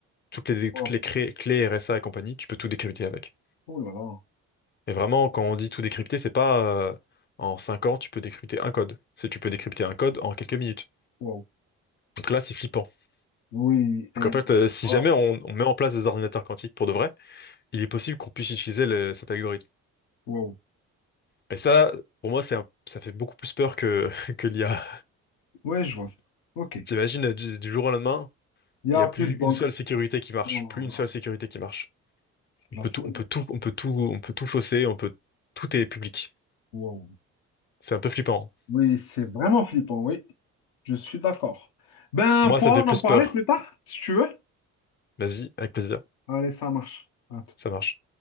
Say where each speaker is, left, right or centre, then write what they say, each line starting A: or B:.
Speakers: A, on the left; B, on the left.
A: Toutes les,
B: Wow.
A: toutes les cré- clés RSA et compagnie, tu peux tout décrypter avec.
B: Oh là là.
A: Et vraiment, quand on dit tout décrypter, c'est pas euh, en 5 ans, tu peux décrypter un code. C'est tu peux décrypter un code en quelques minutes.
B: Wow.
A: Donc là, c'est flippant.
B: Oui.
A: Donc
B: euh,
A: en fait, euh, si
B: ah,
A: jamais on, on met en place des ordinateurs quantiques pour de vrai, il est possible qu'on puisse utiliser le- cet algorithme.
B: wow.
A: Et ça, pour moi, c'est un- ça fait beaucoup plus peur que, <laughs> que l'IA.
B: Ouais, je vois ça. Ok. Il
A: T'imagines, du, du jour au lendemain,
B: n'y a
A: il n'y a
B: plus
A: plus
B: de banque.
A: une seule sécurité qui marche,
B: Oh là
A: plus une seule
B: là.
A: sécurité qui marche.
B: C'est
A: On
B: de
A: peut
B: la folie.
A: tout, on peut tout, on peut tout, on peut tout fausser, on peut, tout est public.
B: Wow.
A: C'est un peu flippant.
B: Oui, c'est vraiment flippant, oui. Je suis d'accord. Ben,
A: Moi,
B: on pourra
A: ça me fait
B: en
A: plus
B: en parler
A: peur.
B: plus tard, si tu veux.
A: Vas-y, avec plaisir.
B: Allez, ça marche. À
A: Ça marche.